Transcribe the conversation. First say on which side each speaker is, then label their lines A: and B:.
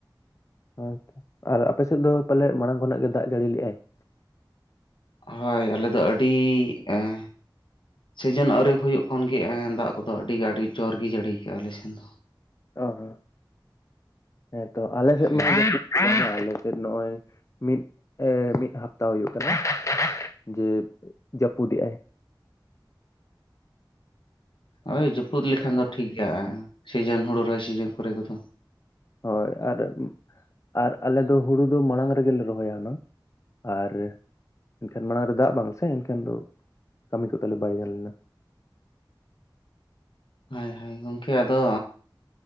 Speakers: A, on the left; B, on the left.
A: ᱦᱚᱭᱛᱚ ᱟᱨ ᱟᱯᱮ ᱥᱮᱫ ᱫᱚ ᱯᱟᱞᱮᱫ ᱢᱟᱲᱟᱝ ᱠᱷᱚᱱᱟᱜ ᱜᱮ ᱫᱟᱜ ᱡᱟᱹᱲᱤ ᱞᱮᱜ-ᱟᱭ ᱾
B: ᱦᱚᱭ ᱟᱞᱮ ᱫᱚ ᱟᱹᱰᱤ ᱮᱸᱻ ᱥᱤᱡᱤᱱ ᱟᱹᱣᱨᱤ ᱦᱩᱭᱩᱜ ᱠᱷᱚᱱ ᱜᱮ ᱫᱟᱜ ᱠᱚᱫᱚ ᱟᱹᱰᱤ ᱟᱹᱰᱤ ᱡᱳᱨ ᱜᱮ ᱡᱟᱹᱲᱤᱠᱟᱜᱼᱟᱭ ᱟᱞᱮ ᱥᱮᱱ ᱫᱚ ᱾
A: ᱚ ᱦᱚᱸ ᱦᱮᱸᱛᱚ ᱟᱞᱮ ᱥᱮᱫ
B: ᱦᱮᱸ
A: ᱢᱟ ᱮ ᱟᱞᱮ ᱥᱮᱫ ᱱᱚᱜᱼᱚᱭ ᱢᱤᱫ ᱢᱤᱫ ᱦᱟᱯᱛᱟ ᱦᱩᱭᱩᱜ ᱠᱟᱱᱟ ᱾ ᱡᱮ ᱡᱟᱹᱯᱩᱫᱮᱜ ᱟᱭ ᱾
B: ᱳᱭ ᱡᱟᱹᱯᱩᱫ ᱞᱮᱠᱷᱟᱱ ᱫᱚ ᱴᱷᱤᱠ ᱜᱮᱭᱟ ᱦᱮᱸ ᱥᱤᱡᱮᱱ ᱦᱳᱲᱳ ᱨᱚᱦᱚᱭ ᱥᱤᱡᱮᱱ ᱠᱚᱨᱮ ᱠᱚᱫᱚ ᱾
A: ᱦᱚᱭ ᱟᱨ ᱟᱨ ᱟᱞᱮ ᱫᱚ ᱦᱳᱲᱳ ᱫᱚ ᱢᱟᱲᱟᱝ ᱨᱮ ᱜᱮᱞᱮ ᱨᱚᱦᱚᱭᱟ ᱦᱩᱱᱟᱹᱝ ᱾ ᱟᱨ ᱮᱱᱠᱷᱟᱱ ᱢᱟᱲᱟᱝ ᱨᱮ ᱫᱟᱜ ᱵᱟᱝ ᱥᱮ ᱮᱱᱠᱷᱟᱱ ᱫᱚ ᱠᱟᱹᱢᱤ ᱠᱚ ᱛᱟᱞᱮ ᱵᱟᱭ ᱜᱟᱱ ᱞᱮᱱᱟ ᱾
B: ᱦᱚᱭ ᱦᱚᱭ ᱜᱚᱝᱠᱮ ᱟᱫᱚ